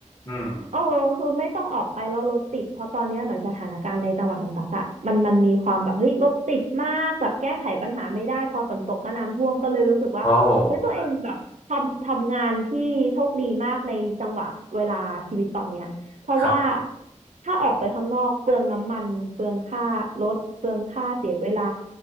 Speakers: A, on the left; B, on the right.
A: อืม
B: เออคือไม่ต้องออกไปแล้วรถติดเพราะตอนเนี้ยเหมือนสถานการณ์ในจังหวัดของตักอะมันมันมีความแบบเฮ้ยรถติดมากแบบแก้ไขปัญหาไม่ได้พอฝนตกก็น้ำท่วมก็เลยรู้สึกว่าเฮ้ยตัวเองแบบทำทำงานที่โชคดีมากในจังหวะเวลาชีวิตตอนเนี้ย
A: โอ้
B: เพราะว่า
A: ครับ
B: ถ้าออกไปข้างนอกเปลืองน้ำมันเปลืองค่ารถเปลืองค่าเสียเวลา